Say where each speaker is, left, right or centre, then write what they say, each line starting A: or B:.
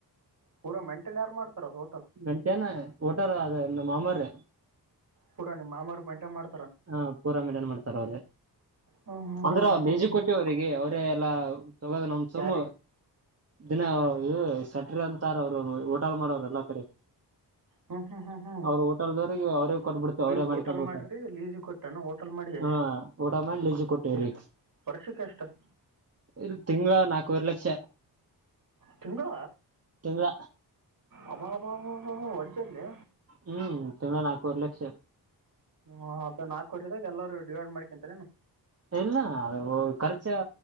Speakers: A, on the right; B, on the right.
A: ಪೂರಾ ಮೆಂಟನ್ ಯಾರು ಮಾಡ್ತಾರದು
B: ಮಂಟನ ಓಟಾರ ಅದ ನಮ್ ಮಾಮರು
A: ಪುಾರಾ ನಿಮ್ ಮಾಮರು ಮೇಂಟೈನ್ ಮಾಡ್
B: <unintelligible> ಹ ಪೂರ ಮೇಲೆ ನ್ ಮಾಡ್ತಾರ ಅವ್ರರು
A: ಹ್ಞೂ ಹ್ಞೂ
B: ಅಂದ್ರೆ
A: ಹ್ಞೂ
B: ಅವ
A: ಹ್ಞೂ
B: ನಿಜ
A: ಹ್ಞೂ
B: ಕೊಟ್ಟಿ ಅವರಿಗೆ ಅವ್ರ ಎ ಎಲ್ಲಾ ತಗೋದ ನಂ ಸಮ್
A: ಯಾರಿಗೆ
B: ದಿನ ಇ ಸೆಟ್ರಿ ಅಂತಾರ ಅವ್ರು ಹೊಟಾಲ್ ಮಾಡೋವ್ರ ಎಲ್ಲಾ ಕಡೆ
A: ಹ್ಞೂ ಹ್ಞೂ ಹ್ಞೂ ಹ್ಞೂ
B: ಅವ್ರ ಹೋಟಲ್ದವ್ರಿಗೆ ಅವ್ರೇ ಕೊಟ್ಬಿಡ್ತ ಅವರೇ
A: ಈಗ ಹೋಟೆಲ್
B: ಮಾಡ್ಕೊಂಡು ಹೋಗತಾರ
A: ಮಾಡಿರಿ ಲೀಸಿಗೆ ಕೊಟ್ಟೆನ ಹೋಟೆಲ್ ಮಾಡಿ ಎಷ್ಟು
B: ಹಾ ಊಟ ಮಾಡ <unintelligible> ಲಜು ಕೊಟ್ಟ
A: ಎಷ್ಟು
B: ರರಿಕ್ಷ
A: ವರ್ಷಕ್ಕೆ ಎಷ್ಟು
B: ಇಲ್ ತಿಂಗ್ಲಾ ನಾಕುವರ್ ಲಕ್ಷ
A: ತಿಂಗ್ಲ
B: ತಿಂಗಳ
A: ಅಬ ಅಬ ಅಬ ಅಬ ಹೋಡ್ದೇಲ್ಲೆ
B: ಹ್ಮ್ ತಿಂಗ್ಲ ನಾಲ್ಕೂವರೆ ಲಕ್ಷ
A: ಹ ನಾಕ್ ವರ್ಷದಾಗ ಎಲ್ಲರು ಡಿವೈಡ್ ಮಾಡ್ಕೊಂತೆರೆನು
B: ಇಲ್ಲ ಖರ್ಚ